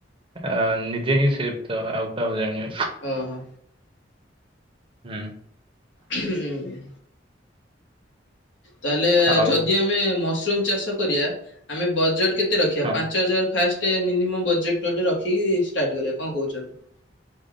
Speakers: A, on the right (about 30°); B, on the left (about 75°).
A: ଆ ନିଜେ ହିଁ ସେ ତ ଆଉ କାହାକୁ ଜାଣିବେ।
B: ହଁ ହୋ।
A: ହୁଁ
B: ହୁଁ ତାହେଲେ
A: ଆଉ
B: ଯଦି ଆମେ ମସରୁମ ଚାଷ କରିବା ଆମେ ବଜେଟ କେତେ ରଖିବା
A: ହଁ
B: ପାଞ୍ଚ ହଜାର ଫାଷ୍ଟ ବଜେଟ ଗଟେ ରଖିକି ଷ୍ଟ। ର୍ଟ କ କଣ କହୁଛନ୍ତି?